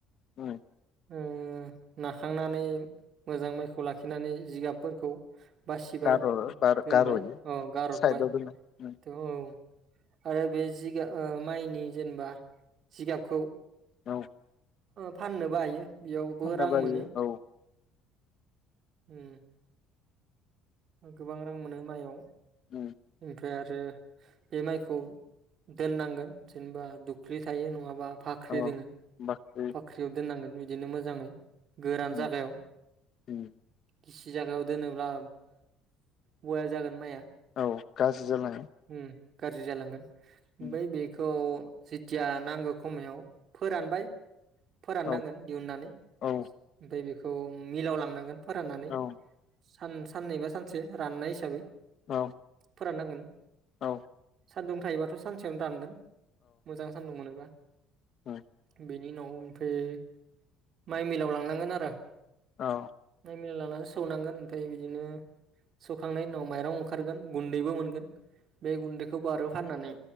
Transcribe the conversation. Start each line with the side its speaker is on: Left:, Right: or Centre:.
Left: औ
Right: ओ नाखांनानै मोजां माइखौ लाखिनानै जिगाबफोरखौ बासिबाय
Left: गार' गार'
Right: दोनबाय
Left: गार'यो
Right: औ गारहरबाय
Left: साइदआव दोनो उम
Right: थ औ आरो बे जिगाब माइनि जेनेबा जिगाबखौ
Left: औ
Right: फाननोबो हायो। बेयावबो
Left: खननो
Right: रां
Left: बायो
Right: मोनो।
Left: औ
Right: होम। गोबां रां मोनो माइआव
Left: उ
Right: फाय आरो बे माइखौ दोननांगोन जेनेबा दुख्लि थायो नङाबा फाख्रि
Left: औ
Right: दोङो
Left: बाख्रि
Right: बाख्रियाव दो नांगोन बिदिनो मोजाङै गोरान
Left: उम
Right: जागायाव
Left: उम
Right: गिसि जागायाव दोनोब्ला बयेल जागोन माइआ
Left: औ गाज्रि जालाङो।
Right: उम गाज्रि जालांगोन
Left: उम
Right: ओमफाय बेखौ जेथिया नांगौ खमायाव फोरानबाय फोराननांगोन
Left: औ
Right: दिहुननानै
Left: औ
Right: ओमफाय बेखौ थ मिलाव लांनांगोन फोराननानै
Left: औ
Right: सान-साननैबा सानसे राननाय हिसाबै
Left: औ।
Right: फोराननांगोन
Left: औ।
Right: सान्दुं थायोबाथ सानसेयावनो दानगोन मोजां सानदुंमोनोबा
Left: औ
Right: बेनि उनाव ओमफाय माइ मिलाव लांनांगोन आरो
Left: औ।
Right: मला लानानै सौनांगोन ओमफ्राय बिदिनो सौखांनायनि उनाव माइरं ओंखारगोन गुन्दैबो मोनगोन बे गुन्दैखौ बारौ फाननानै